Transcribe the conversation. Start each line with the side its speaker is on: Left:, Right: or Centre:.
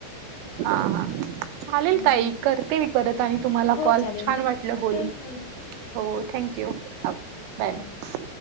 Right: हा, हा चालेल
Left: अम
Right: ताई करते मी परत आणि तुम्हाला
Left: हो
Right: कॉल
Left: चालेल
Right: छान वाटलं बोलून,
Left: थँक यू
Right: हो थँक्यू बाय, बाय
Left: हा.